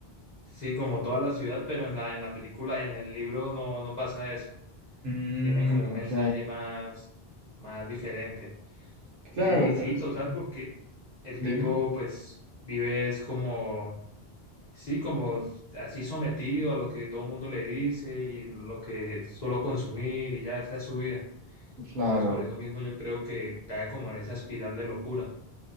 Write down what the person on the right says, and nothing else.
Mm,
ok.
Claro,
pero es
que,
dime,
claro.